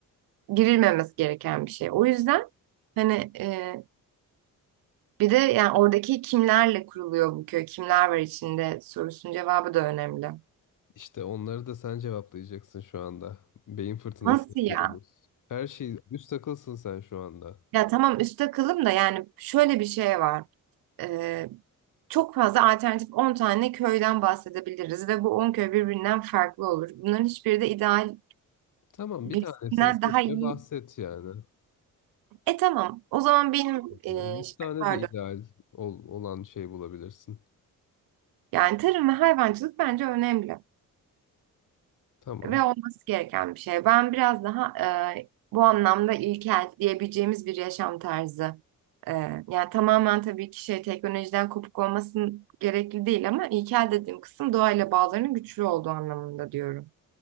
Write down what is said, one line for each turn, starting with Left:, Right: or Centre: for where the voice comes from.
Right: girilmemesi gereken bir şey. O yüzden hani e, bir de yani oradaki kimlerle kuruluyor bu köy, kimler var içinde sorusunun cevabı da önemli.
Left: işte onları da sen cevaplayacaksın şu anda. Beyin fırtınası
Right: Nasıl
Left: yapıyoruz.
Right: ya?
Left: Her şey üst takılsın sen şu anda.
Right: Ya tamam üstte kılım da yani şöyle bir şey var. E, çok fazla alternatif 10 tane köyden bahsedebiliriz ve bu 10 köy birbirinden farklı olur. Bunların hiçbiri de ideal
Left: Tamam,
Right: birisinden
Left: bir tanesini seç
Right: daha iyi.
Left: ve bahset yani.
Right: E tamam o zaman benim
Left: Yani
Right: e,
Left: Yüz
Right: şey,
Left: tane
Right: pardon
Left: de ideal ol- olan şey bulabilirsin.
Right: yani tarım ve hayvancılık bence önemli.
Left: Tamam.
Right: ve olması gereken bir şey. Ben biraz daha e, bu anlamda ilkel diyebileceğimiz bir yaşam tarzı. E, yani tamamen tabii ki şey teknolojiden kopuk olmasın gerekli değil ama ilkel dediğim kısım doğayla bağlarının güçlü olduğu anlamında diyorum.